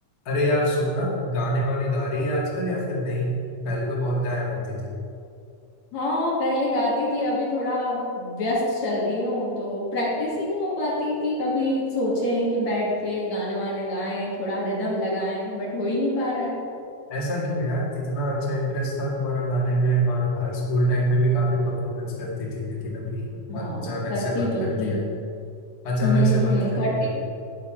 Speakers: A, on the left; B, on the left.
A: अरे यार सुनना गाने वाने गा रही है आजकल या फिर नहीं पहले तो बहुत गाया करती थी
B: हाँ पहले गाती थी अभी थोड़ा व्यस्त चल रही हूँ तो प्रैक्टिस ही नहीं हो पाती कि कभी सोचें कि बैठ के गाने वाने गाएं थोड़ा रिदम लगाएं बट हो ही नहीं पा रहा है
A: ऐसा क्यों यार इतना अच्छा इंटरेस्ट था तुम्हारा गाने में और आ, स्कूल टाइम में भी काफी परफॉर्मेंस करती थी लेकिन अभी
B: हाँ
A: अचानक
B: करती
A: से बंद
B: तो
A: कर
B: थी
A: दिया अचानक
B: हम्म
A: से बंद कर
B: करती
A: दिया